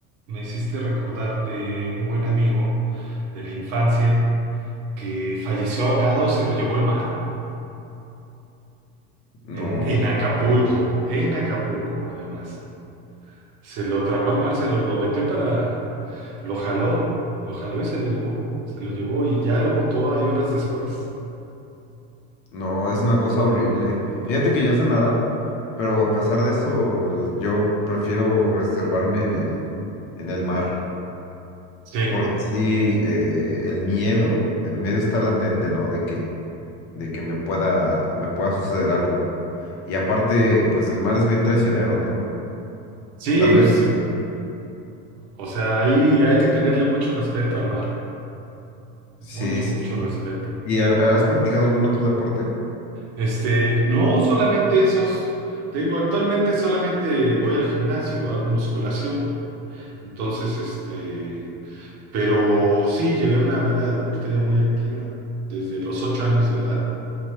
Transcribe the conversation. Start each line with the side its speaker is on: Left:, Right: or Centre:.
Right: me hiciste recordar de un buen amigo de la infancia que falleció ahogado, se lo llevó el mar
Left: No,
Right: en, en
Left: qué
Right: Acapulco,
Left: tragedia.
Right: en Acapulco, además. Se lo tragó el mar, se lo, lo metió para, lo jaló, lo jaló y se lo llevó. Se lo llevó y ya lo botó ahí horas después.
Left: No, es una cosa horrible. Fíjate que yo sé nadar, pero a pesar de eso, l- yo prefiero reservarme en el, en el mar.
Right: Sí,
Left: Porque sí, eh, el miedo, el miedo está latente, ¿no? De que, de que me pueda, me pueda suceder algo. Y aparte, pues el mar es bien traicionero, ¿no?
Right: sí,
Left: Tal vez.
Right: sí. O sea, ahí hay que tenerle mucho respeto al mar.
Left: Sí,
Right: Mucho,
Left: sí,
Right: mucho
Left: sí.
Right: respeto.
Left: ¿Y ha- has practicado algún otro deporte?
Right: Este, no solamente esos. Te digo, actualmente solamente voy al gimnasio, hago musculación. Entonces, este, pero sí llevé una vida deportiva muy activa desde los ocho años de edad.